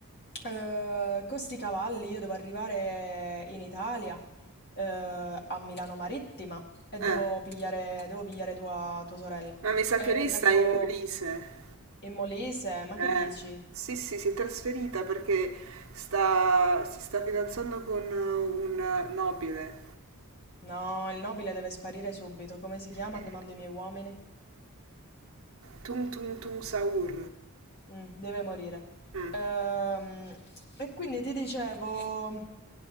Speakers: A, on the left; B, on the right.
A: Ehm, costi cavalli, io devo arrivare in Italia, eh, a Milano Marittima e
B: eh,
A: devo pigliare, devo pigliare tua, tua sorella.
B: ma mi sa
A: E
B: che lei sta
A: la devo...
B: in Molise.
A: In Molise, ma
B: Eh,
A: che dici?
B: sì, sì, si è trasferita perché sta, si sta fidanzando con un nobile.
A: No, il nobile deve sparire subito. Come si chiama
B: Eh,
A: che mando i miei uomini?
B: Tung Tung Tung Saur.
A: Mh, deve morire.
B: Mm,
A: Ehm, e quindi ti dicevo,